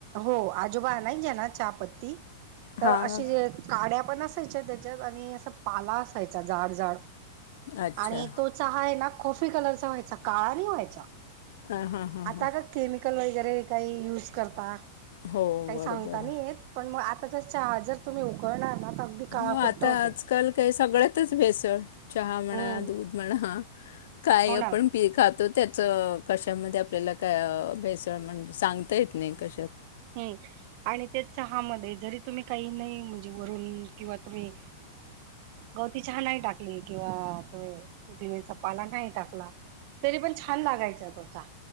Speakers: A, on the right; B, on the left.
A: हो आजोबा नाही आणत चहा पत्ती तर
B: हां.
A: अशी काड्या पण असायच्या त्याच्यात आणि असा पाला असायचा जाड जाड
B: अच्छा.
A: आणि तो चहा आहे ना कॉफी कलरचा व्हायचा, काळा नाई व्हायचा
B: ह हा हा
A: आता
B: हां.
A: का केमिकल वगैरे काही युज करता
B: हो
A: काही
B: बरोबर.
A: सांगता नाही येत. पण मग आता जर चहा जर तुम्ही उकळाला ना तर अगदी काळाकुट्ट
B: हो आता
A: होतो
B: आजकाल काही सगळ्यातच भेसळ चहा म्हणा
A: हम्म
B: दूध म्हणा काय
A: हो
B: आपण
A: ना
B: पी खातो त्याचं कशामध्ये आपल्याला काय भेसळ म्हणजे सांगता येत नाही कशात
A: हम्म. आणि ते चहा मधे जरी तुम्ही काही नाही म्हणजे वरून किंवा तुम्ही गवती चहा नाही टाकली किंवा पुदिन्याचा पाला नाही टाकला तरी पण छान लागायचा ततो चहा